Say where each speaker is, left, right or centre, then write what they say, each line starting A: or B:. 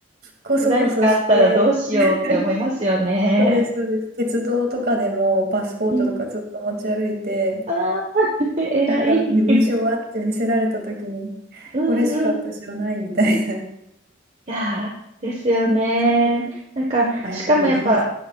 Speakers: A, on the right; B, on the right.
A: こそこそして、
B: 何かあったらどうしようって思いますよね。
A: <laughs> そうです、そうです。鉄道とかでもパスポートとかずっと持ち歩いて、
B: うん。ああ、<laughs> 偉い。
A: なんか身分証はって見せられたときに、
B: <laughs> うん、
A: これしか私はないみたいな
B: うん、
A: <laughs>
B: いやー、ですよね。
A: 気持ちで、
B: なんか、
A: ね、あ、
B: しかもやっぱ、
A: やっぱりイギリス。